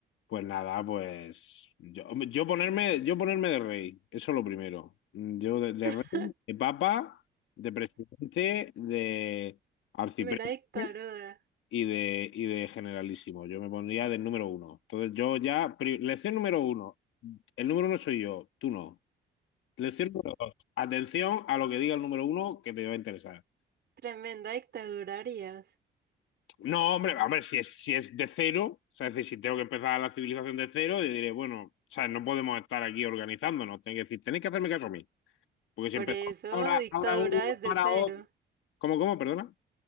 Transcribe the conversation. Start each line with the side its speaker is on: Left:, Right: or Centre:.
Left: pues nada, pues yo, hombre, yo ponerme, yo ponerme de rey, eso es lo primero. Yo de, de
Right: <laughs>
Left: rey, de papa, de presidente, de arcipreste
Right: Mera dictadura.
Left: y de, y de generalísimo. Yo me pondría del número uno. Entonces yo ya, pri- lección número uno, el número uno soy yo, tú no. Les cierro dos. Atención a lo que diga el número uno que te va a interesar.
Right: Tremenda dictadura harías.
Left: No, hombre, hombre, si es, si es de cero, o sea, es decir, si tengo que empezar la civilización de cero, yo diré, bueno, o sea, no podemos estar aquí organizándonos. Tengo que decir, tenéis que hacerme caso a mí. Porque
Right: Por
Left: si empezamos
Right: eso,
Left: ahora,
Right: dictadura
Left: ahora uno,
Right: desde
Left: ahora
Right: cero.
Left: otro. ¿Cómo, cómo? Perdona. O